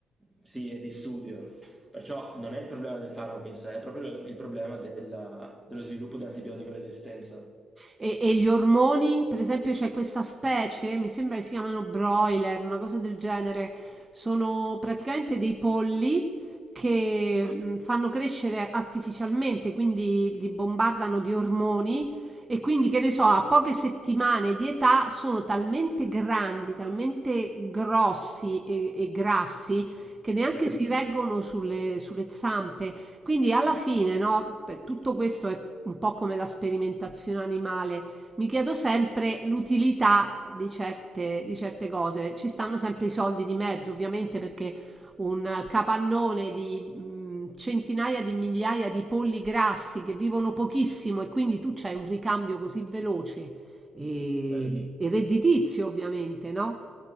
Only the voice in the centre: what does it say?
sì, e di studio. Perciò non è il problema del farmaco in sé, è proprio lo- il problema della- dello sviluppo dell'antibiotico resistenza.
Sì.
Sì.